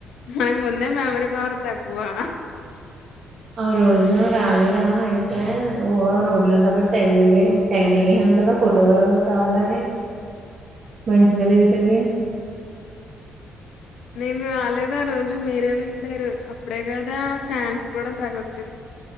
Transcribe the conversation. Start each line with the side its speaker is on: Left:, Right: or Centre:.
Left: మనకు ముందే మెమొరి <unintelligible> తక్కువా
Right: ఆ రోజు నువ్వు రాలేదా అయితే ఒ రోడ్లంతా పడి తెగ దిరిగే <inaudible> తెగ దిగెసాను కదా ఫోటో కావాలని. మంచిగా దిగితే గి
Left: నేను రాలేదు ఆ రోజు మీరే వెళ్ళారు. అప్పుడే కదా ఫ్యాన్స్ కూడా తెగ వ